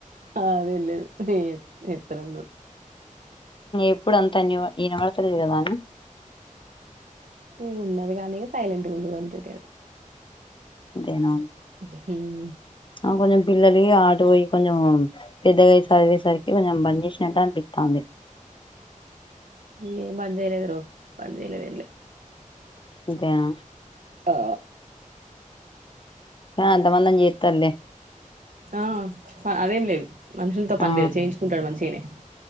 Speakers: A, on the right; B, on the left.
A: అదెంలేదు <unintelligible>
B: ఎప్పుడు అంతంతన్య ఈనవల తె కదాను <unintelligible>
A: ఏం ఉన్నది కానీ సైలెట్ గుండు అంతె. తేడ
B: అదేనా
A: హుమ్మ్...
B: ఆ కొంచెం పిల్లలు ఆట పోయి కొంచెం పెద్దగాయి చదివేసరికి కొంచెం బం ద్ చేసినట్టానిపితాంది
A: ఏం బంద్ చెయలేదురొ బంద్ చెయలేదు ఏం లె
B: ఇంకేం
A: ఆ
B: ఆ అంత మందేం చేత్తర్లె
A: ఆ అదేం లేదు మనుషులతో పనిలేదు
B: ఆ
A: చేయించుకుంటాడు మంచిగానే